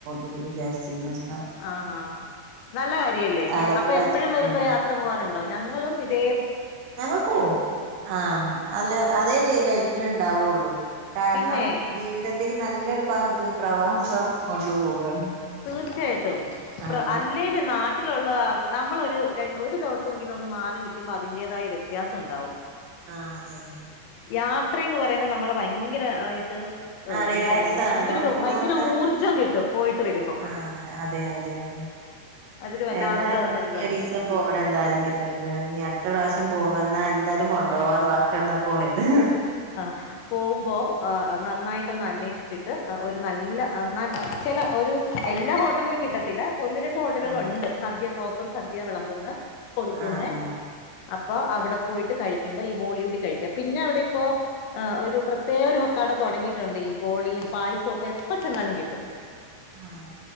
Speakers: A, on the right; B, on the left.
A: <unintelligible> വിചാരിച്ചിന്ന് പക്ഷേ
B: ആഹാ നല്ല കാര്യല്ലേ.
A: ആലപ്പുഴ
B: അപ്പൊ എപ്പഴും
A: ആക്കി
B: വരുമ്പോ
A: ഉം
B: യാത്ര പോവാറുണ്ടോ ഞങ്ങളും ഇതേ
A: ഞങ്ങൾ പോകും. ആഹ് അല്ല അതേ ലൈഫില് ഇണ്ടാവുള്ളു കാരണം
B: പിന്നെ
A: ജീവിതത്തിൽ നല്ലൊരു പങ്ക് പ്രവാസം കൊണ്ടുപോവാണ്
B: തീർച്ചയായിട്ടും
A: ആഹ്
B: അല്ലേലും നാട്ടിലുള്ള ആൾക്ക് നമ്മളൊരു ഒരു ദിവസൊങ്കിലും ഒന്ന് മാറി നിക്കുമ്പോ അതിന്റേതായ വ്യത്യാസം ഇണ്ടാവും
A: ആഹ് അതെ
B: രാത്രിന്ന് പറയുന്നത് നമ്മളെ ഭയങ്കരായിട്ട് ആ
A: ആഹ് റിലാക്സ്
B: എന്താ പറയാ
A: ആണല്ലോ
B: ഭയങ്കര ഒരു
A: ഒന്നാമത്
B: ഭയങ്കര ഊർജ്ജം കിട്ടും പോയിട്ട് വരുമ്പോ
A: ആഹ് അതെ അതെ അതെ
B: അതൊരു വല്ലാത്ത
A: ഏതായാലും
B: ഒരിതാണ്
A: ഇഞ്ഞി ഒരീസം പോണം എന്തായാലും തിരുവനന്തപുരം ഇനി അടുത്ത പ്രാവശ്യം പോവാ ഇന്നാ എന്തായാലും കൊണ്ടു പോവാന്ന് വാക്ക് തന്നാ പോയത്
B: ആ പോകുമ്പോ ആ നന്നായിട്ടൊന്ന് അന്വേഷി ച്ചിട്ട് ഒരു നല്ല ചില ഒരു എല്ലാ ഹോട്ടലിലും കിട്ടത്തില്ല ഒന്ന് രണ്ട് ഹോട്ടലുകളുണ്ട്
A: ആഹ്
B: സദ്യ പ്രോപ്പർ സദ്യ വിളമ്പുന്ന കൊടുക്കുന്ന
A: ആഹ് ഓക്കെ
B: അപ്പൊ അവിടെ പോയിട്ട് കഴിക്കുമ്പോ ഈ ബോളി കൂടി കഴിക്കാ പിന്നെ അവിടിപ്പോ ആ ഒരു പ്രത്യേക ഒരു കട തൊടങ്ങിയിട്ടുണ്ട് ഈ ബോളിയും പായസവും ഒക്കെ എപ്പ ചെന്നാലും കിട്ടും
A: ആഹ്